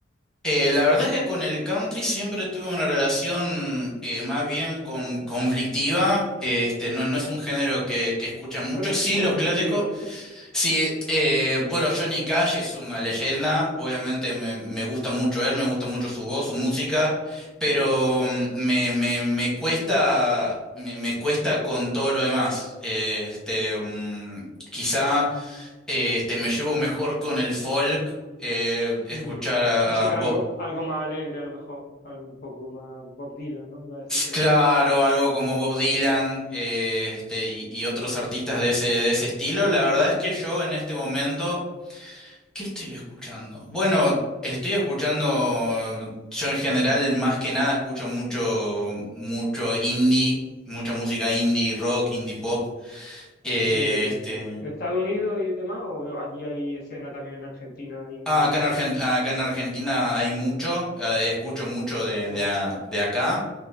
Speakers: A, in the centre; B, on the left (about 55°).
A: Eh, la verdad es que con el country siempre tuve una relación eh, más bien con conflictiva. Este, no, no es un género que, que escuchan mucho,
B: <laughs>
A: sí
B: Conflictiva.
A: los clásicos, Sí, eh, bueno, Johnny Cash es una leyenda, obviamente me, me gusta mucho él, me gusta mucho su voz, su música, pero
B: Sí, muy bueno.
A: mm, me, me, me cuesta, me, me cuesta con todo lo demás. Eh, este, mm, quizá eh, este, me llevo mejor con el folk, eh, escuchar
B: Mm.
A: a,
B: Música
A: a Bob,
B: algo, algo más alegre a lo mejor, algo un poco más Bob Dylan, ¿no? Iba a decir, creo.
A: claro, algo como Bob Dylan, eh, este, y, y otros artistas de ese, de ese estilo. La verdad es que yo en este momento... ¿Qué estoy escuchando? Bueno, estoy escuchando, yo en general más que nada escucho mucho, mucho indie, mucha música indie, rock, indie pop. Eh,
B: de,
A: este,
B: de Estados Unidos y demás, o allí hay escena también en Argentina indie
A: ah,
B: interesante.
A: acá en Argen- acá en Argentina hay mucho, eh, escucho mucho de,
B: Ah,
A: de, a- de acá,